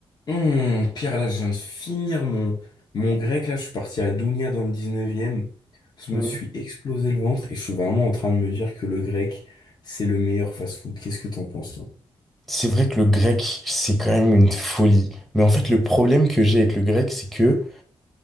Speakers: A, on the left (about 45°); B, in the centre.
A: Hmm, Pierre, là, je viens de finir mon, mon grec. Là, je suis parti à Dounia dans le 19e. Je
B: Mm.
A: me suis explosé le ventre et je suis vraiment en train de me dire que le grec, c'est le meilleur fast-food. Qu'est-ce que t'en penses, toi?
B: C'est vrai que le grec, c'est quand même une folie. Mais en fait, le problème que j'ai avec le grec, c'est que